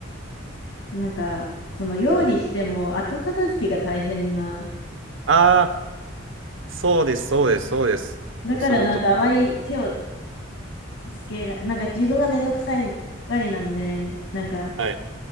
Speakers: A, on the left; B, on the right.
A: なんか、その料理しても後片付けが大変な。
B: はい。ああ、そうです、そうです、そうです。
A: だからなんかあまり手を
B: もうそのと、
A: つけら、なんか自分がめんどくさいがりなんで、なんか、
B: はい。